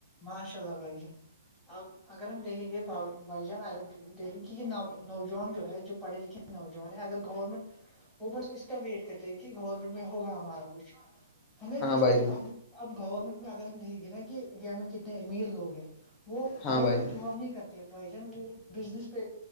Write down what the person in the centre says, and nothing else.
ماشاء اللہ بھائی جان آ اگر ہم دیکھیں گے بھائی جان اگر دیکیں گے کہ نوجوان جو ہے جو پڑے لکھے نوجوان ہے اگر گورنمنٹ وہ بس اس کا ویٹ کرتے ہیں کہ گورنمنٹ میں ہوگا ہمارا کچھ ہمیں
بس
ا اب گورنمنٹ میں اگر ہم دیکیں گے نا کہ انڈیا میں کتنے امیر لوگ ہیں وہ
گورنمنٹ
جاب نہیں کرتے بھائی جان وہ بزنس پہ